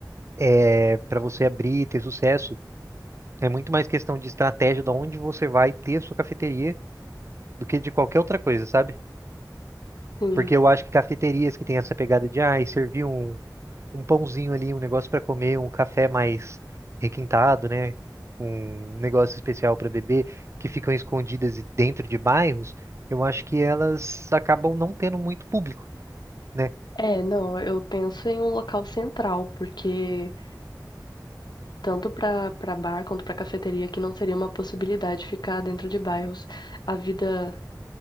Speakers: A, on the right; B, on the left.
A: é para você abrir e ter sucesso, é muito mais questão de estratégia de onde você vai ter a sua cafeteria do que de qualquer outra coisa, sabe?
B: Sim.
A: Porque eu acho que cafeterias que têm essa pegada de, ah, servir um um pãozinho ali, um negócio para comer, um café mais requintado, né? Um negócio especial para beber, que ficam escondidas e dentro de bairros, eu acho que elas acabam não tendo muito público, né?
B: É, não, eu penso em um local central, porque tanto para para bar quanto para cafeteria, que não seria uma possibilidade ficar dentro de bairros. A vida